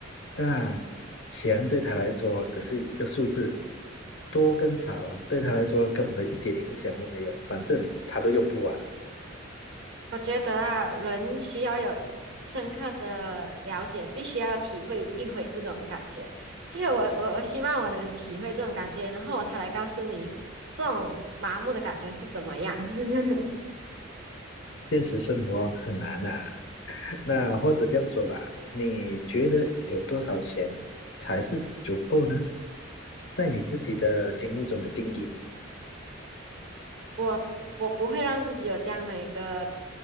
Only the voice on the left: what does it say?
那钱对他来说只是一个数字，多跟少对他来说根本一点影响都没有，反正他都用不完。
现实生活很难呐、那或者这样说吧，你觉得有多少钱才是足够呢？在你自己的心目中的定义。